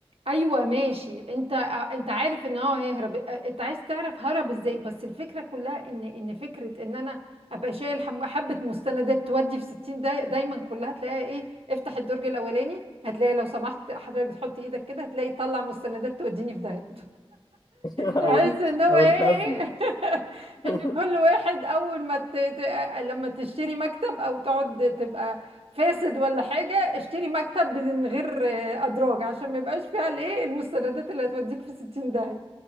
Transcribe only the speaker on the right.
ايوه ماشي انت آه، انت عارف ان هو هيهرب آه، انت عايز تعرف هرب ازاي بس الفكره كلها ان ان فكره ان انا ابقى شايل حب- حبه مستندات تودي في 60 دا دايما كلها تلاقيها ايه افتح الدرج الاولاني هتلاقي لو سمحت حضرتك تحط ايدك كده هتلاقي طلع مستندات توديني في ده
تحس
ان هو
ايه
<laughs>
ان كل واحد اول ما ت... ت- لما تشتري مكتب او تقعد تبقى فاسد ولا حاجة اشتري مكتب من غير آه، ادراج عشان ما يبقاش فيها الايه المستندات اللي هتوديك في 60 داهية